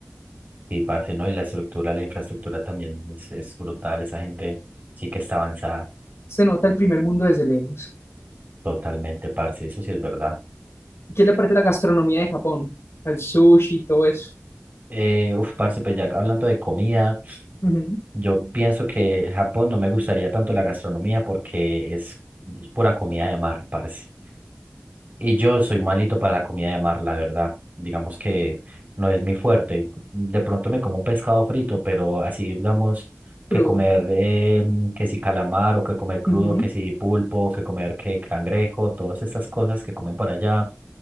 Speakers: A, on the right; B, on the left.
A: Sí, parce, ¿no? Y la estructura, la infraestructura también es, es brutal, esa gente sí que está avanzada.
B: Se nota el primer mundo desde lejos.
A: Totalmente, parce, eso sí es verdad.
B: ¿Qué le parece la gastronomía de Japón? El sushi y todo eso.
A: Eh, uf, parce, pues ya hablando de comida,
B: Ujú,
A: yo pienso que Japón no me gustaría tanto la gastronomía porque es pura comida de mar, parce. Y yo soy malito para la comida de mar, la verdad. Digamos que no es mi fuerte. De pronto me como un pescado frito, pero así digamos que
B: Crudo.
A: comer eh, que si calamar o que comer crudo,
B: Ujú,
A: que si pulpo, que comer que cangrejo, todas estas cosas que comen por allá.